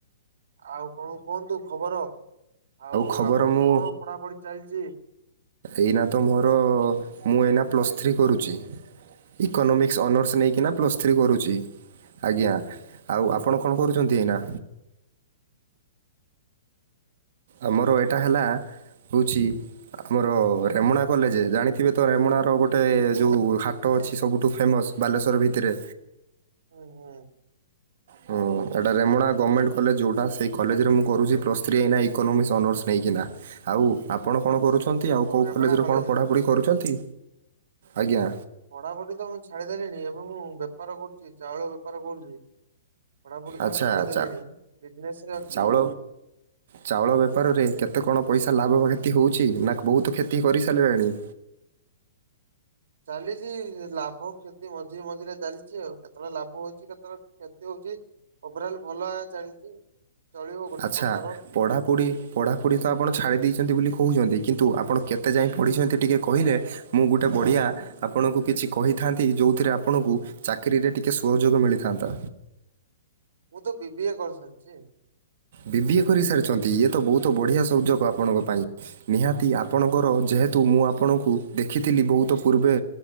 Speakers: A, on the right (about 75°); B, on the right (about 55°).
A: ଆଉ କଣ କୁହନ୍ତୁ ଖବର। ଆଉ
B: ଖବର
A: ଆପଣଙ୍କ
B: ମୁଁ
A: କଣ ପଢାପଢି ଚାଲିଛି?
B: ଏଇନା ତ ମୋର ମୁଁ ଏଇନା ପ୍ଲସ୍ ଥ୍ରୀ କରୁଛି। ଇକୋନୋମିକ୍ସ ଅନର୍ସ ନେଇକିନା ପ୍ଲସ୍ ଥ୍ରୀ କରୁଛି। ଆଜ୍ଞା ଆଉ ଆପଣ କଣ କରୁଚନ୍ତି ଏଇନା? ଆମର ଏଟା ହେଲା। ହଉଛି ଆମର ରେମଣା କଲେଜ ଜାଣିଥିବେ ତ ରେମଣାର ଗୋ ଗୋଟେ
A: ମୁଁ
B: ଯଉ ହାଟ
A: ବିଜେ
B: ଅଛି ସବୁଠୁ ଫେମସ୍ ବାଲେଶ୍ଵର ଭିତରେ।
A: ହୁଁ ହୁଁ।
B: ହଁ ଏଟା ରେମୁଣା ଗମେଣ୍ଟ କଲେଜ ଯୋଉଟା ସେଇ କଲେଜରେ ମୁଁ କରୁଛି ପ୍ ଥ୍ରୀ ଏଇନା ଇୋକୋନୋମିକ୍ସ ଅନର୍ସ ନେଇକିନା ଆଉ ଆପଣ କଣ କରୁଛନ୍ତି। ତି ଆଉ
A: ଓ
B: କେଉଁ
A: ରେମେଣା
B: କଲେଜରେ
A: କଲେଜ
B: କଣ ପଢ଼ାପଢ଼ି କରୁଛନ୍ତି ଆଜ୍ଞା।
A: ପଢାପଢି ତ ମୁଁ ଛାଡିଦେଲିଣି ଏବେ ମୁ ବେପାର କରୁଛି ଚାଉଳ ବେପାର କରୁଛି। ପଢାପଢି
B: ଆଚ୍ଛା
A: ତ ମୁଁ ଛାଡିଦେଲିଣି
B: ଆଚ୍ଛା
A: ବିଜନେସରେ ଅଛି
B: ଚାଉଳ
A: ଆଉ।
B: ଚାଉଳ ବେପାରରେ କେତେ କଣ ପଇସା ଲାଭ କ୍ଷତି ହେଉଛି ନା ବହୁତ କ୍ଷତି କରିସାରିଲେଣି।
A: ଚାଲିଛି ଲାଭ କ୍ଷତି ମଝିରେ ମଝିରେ ଚାଲିଛି ଆଉ କେତେବେଳେ ଲାଭ ହଉଛି କେତେବେଳେ କ୍ଷତି ହଉଛି। ଓଭରାଲ୍ ଭଲା ଚାଲିଛି। ଚଳିବ ଗୋଟେ
B: ଆଚ୍ଛା।
A: ପ୍ରକାର
B: ପଢ଼ାପଢ଼ି ପଢ଼ାପଢ଼ି ତ ଆପଣ ଛାଡ଼ି ଦେଇଛନ୍ତି ବୋଲି କହୁଛନ୍ତି କିନ୍ତୁ ଆପଣ କେତେ ଯାଏଁ ପଢ଼ିଛନ୍ତି ଟିକିଏ କହିଲେ? ମୁଁ ଗୋଟେ ବଢିଆ ଆପଣଙ୍କୁ କିଛି କହିଥାନ୍ତି ଯଉଥିରେ ଆପଣଙ୍କୁ ଚାକିରିରେ ଟିକେ ସହଯୋଗ ମିଳିଥାନ୍ତା।
A: ମୁଁ ତ ବି ବିି ଏ କରିସାରିଛି।
B: ବିିବିଏ କରି ସାରିଛନ୍ତି ଇଏ ତ ବହୁତ ବଢିଆ ସଉଯୋଗ
A: ହଁ
B: ଆପଣଙ୍କ ପାଇଁ। ନିହାତି ଆପଣଙ୍କର ଯେହେତୁ ମୁଁ ଆପଣଙ୍କୁ ଦେଖିଥିଲି ବହୁତ ପୂର୍ବେ।